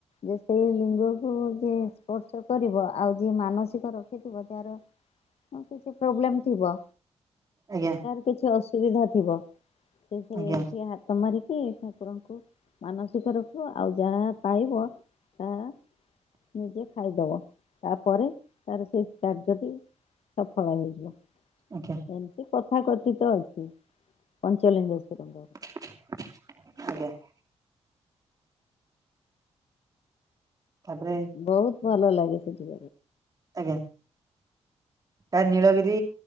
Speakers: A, on the left; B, on the right.
A: ଯେ ସେଇ ଲିଙ୍ଗକୁ ଯିଏ ସ୍ପର୍ଶ କରିବ ଆଉ ଯିଏ ମାନସିକ ରଖିଥିବ ତାହାର ହଁ କିଛି ପ୍ରୋବ୍ଲେମ ଥିବ
B: ଆଜ୍ଞା
A: କିଛି ଅସୁବିଧା ଥିବ ସେ ସେ
B: ଆଜ୍ଞା
A: କି ହାତ ମାରି ଠାକୁରଙ୍କୁ ମାନସିକ ରଖିବ ଆଉ ଯାହା ପାଇବ ତାହା ନିଜେ ଖାଇଦବ ତାପରେ ତାର ସେଇ କାର୍ଯ୍ୟଟି ସଫଳ ହୋଇଯିବ।
B: ଆଜ୍ଞା
A: ଏମିତି କଥାକଥିତ ଅଛି ପଞ୍ଚଲିଙ୍ଗେଶ୍ୱର ଙ୍କ ର।
B: ଆଜ୍ଞା। ତାପରେ
A: ବହୁତ ଭଲ ଲାଗେ ସେଠି
B: ଆଜ୍ଞା ଏହା ନୀଳଗିରି